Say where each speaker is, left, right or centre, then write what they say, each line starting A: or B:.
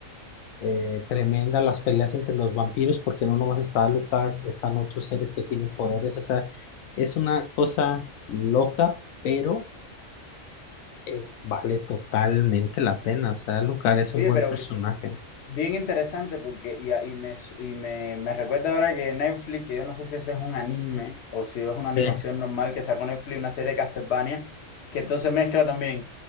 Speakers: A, on the left; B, on the left.
A: eh, tremenda las peleas entre los vampiros, porque no nomás está Alucard, están otros seres que tienen poderes. O sea, es una cosa loca, pero eh, vale totalmente la pena. O sea, Alucard es
B: Oye,
A: un buen
B: pero
A: personaje.
B: bi- bien interesante porque, y, a- y me, su- y me, me recuerda ahora que Netflix, que yo no sé si ese es un anime o si es
A: Sí.
B: una animación normal que sacó Netflix, una serie de Castlevania, que entonces mezcla también